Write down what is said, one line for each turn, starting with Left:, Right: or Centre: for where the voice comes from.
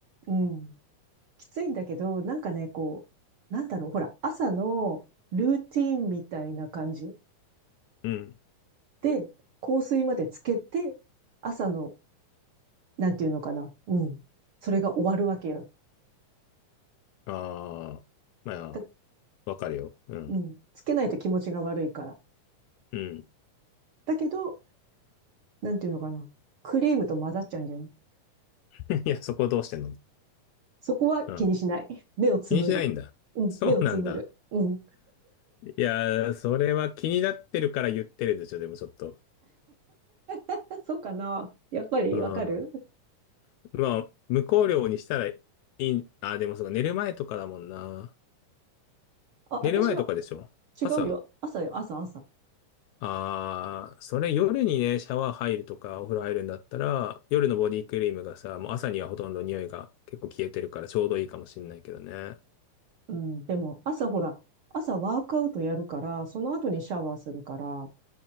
Right: うん。きついんだけど、なんかね、こう、なんだろう、ほら、朝のルーティーンみたいな感じ
Left: うん。
Right: で、香水までつけて、朝の、なんていうのかな、うん。それが終わるわけよ。
Left: ああ、まあ、
Right: だ
Left: わかるよ。うん、
Right: うん。つけないと気持ちが悪いから。
Left: うん。
Right: だけど、なんていうのかな、クリームと混ざっちゃうんだよね。
Left: <laughs> いや、そこどうしてんの
Right: そこは気にしない。
Left: うん。
Right: 目をつむる。
Left: 気にしないんだ。
Right: うん、
Left: そうなんだ。
Right: 目をつむる。うん。
Left: いやー、それは気になってるから言ってるでしょ、でもちょっと。
Right: <laughs> そうかな。やっぱりわかる
Left: うん。まあ、無香料にしたらいい、あでもそうか、寝る前とかだもんな。
Right: あ、
Left: 寝る前とかでしょ朝。
Right: 私は違うよ。朝よ、朝、朝。
Left: ああそれ夜にね、シャワー入るとか、お風呂入るんだったら、夜のボディクリームがさ、もう朝にはほとんど匂いが結構消えてるからちょうどいいかもしんないけどね。
Right: うん、でも、朝ほら、朝ワークアウトやるから、その後にシャワーするから、